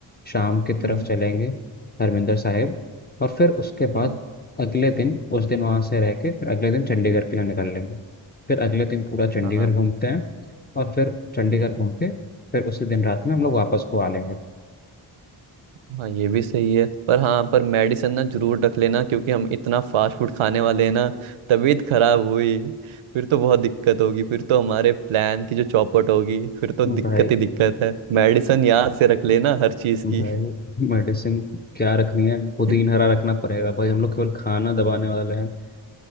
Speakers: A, on the left; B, on the right.
A: शाम की तरफ
B: हम्म,
A: चलेंगे हरमिंदर साहिब और फिर उसके
B: हम्म,
A: बाद अगले दिन उस दिन वहाँ से रह के फिर अगले दिन चंडीगढ़ के लिए निकल लेंगे फिर अगले दिन पूरा चंडीगढ़
B: हाँ
A: घूमते हैं और फिर चंडीगढ़
B: हम्म,
A: घूम के फिर उसी दिन रात में हम लोग वापस को आ लेंगे
B: हाँ ये भी सही है पर हाँ पर मेडिसिन ना जरूर रख लेना क्योंकि हम इतना फास्ट फूड खाने वाले हैं ना तबीयत खराब हुई फिर तो बहुत दिक्कत होगी फिर तो हमारे प्लान की जो चौपट होगी फिर तो दिक्कत
A: भाई
B: ही दिक्कत है मेडिसिन याद से रख लेना हर चीज
A: भाई
B: की
A: मेडिसिन क्या रखनी है पुदीन
B: <laughs>
A: हरा रखना पड़ेगा भाई हम लोग केवल खाना दबाने वाले हैं